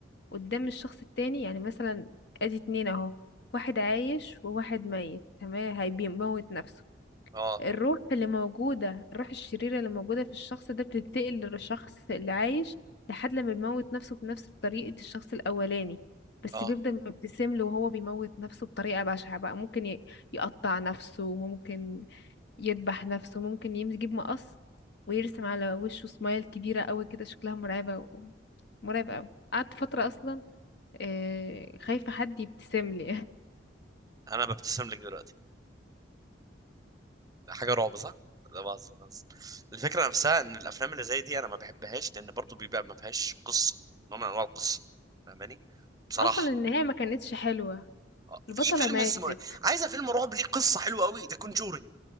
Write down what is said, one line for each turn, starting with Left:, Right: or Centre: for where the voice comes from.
Left: قدام الشخص التاني يعني مثلا ادي اتنين اهو واحد عايش وواحد ميت تمام هيموت نفسه
Right: اه
Left: الروح اللي موجودة الروح الشريرة اللي موجودة في الشخص ده بتنتقل للشخص اللي عايش لحد لما بيموت نفسه بنفس طريقة الشخص الأولاني بس
Right: اه
Left: بيفضل مبتسم له وهو بيموت نفسه بطريقة بشعة بقى ممكن ي- يقطع نفسه ممكن يذبح نفسه ممكن يم- يجيب مقص ويرسم على وشه سمايل كبيرة قوي كده شكلها مرعبة و... مرعب قوي قعدت فترة أصلا آه، خايفة حد يبتسم لي
Right: انا ببتسم لك دلوقتي حاجه رعب صح؟ لا بهزر بهزر الفكره نفسها ان الافلام اللي زي دي انا ما بحبهاش لان برضو بيبقى ما فيهاش قصه نوع من انواع القصه فاهماني؟
Left: <laughs>
Right: بصراحه
Left: أصلا النهاية ما كانتش حلوة
Right: آه، في
Left: البطلة
Right: فيلم
Left: ماتت
Right: اسمه عايزه فيلم رعب ليه قصه حلوه قوي ده كونجورنج